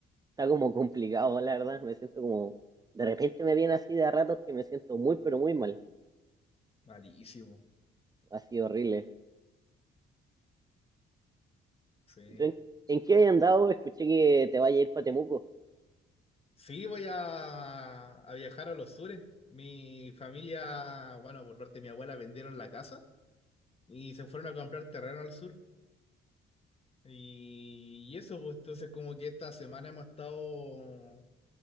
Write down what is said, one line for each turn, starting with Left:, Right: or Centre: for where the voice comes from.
Right: está como complicado, la verdad. Me siento como... De repente me viene así de a ratos que me siento muy, pero muy mal.
Left: malísimo.
Right: Así horrible.
Left: Sí.
Right: ¿Y tú en, en qué has andado? Escuché que te vaya a ir para Temuco.
Left: Sí, voy a, a viajar a los sures. Mi familia, bueno, por parte de mi abuela, vendieron la casa y se fueron a comprar terreno al sur. Y, y eso, pues entonces como que esta semana hemos estado